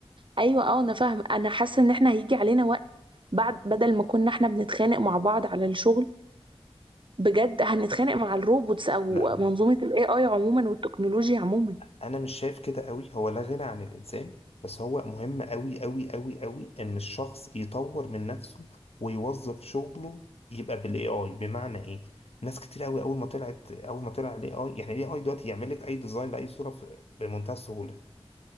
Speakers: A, on the right (about 55°); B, on the left (about 80°).
A: ايوه اه انا فاهمه انا حاسه ان احنا هيجي علينا وقت بعد بدل ما كنا احنا بنتخانق مع بعض على الشغل بجد هنتخانق مع الروبوتس او
B: لا
A: منظومه الاي اي عموما والتكنولوجيا عموما
B: انا مش شايف كده قوي هو لا غنى عن الانسان بس هو مهم قوي قوي قوي قوي ان الشخص يطور من نفسه ويوظف شغله يبقى بالاي اي بمعنى ايه ناس كتير قوي اول ما طلعت اول ما طلع الاي اي يعني الاي اي دلوقتي يعمل لك اي ديزاين لاي صوره في- بمنتهى السهوله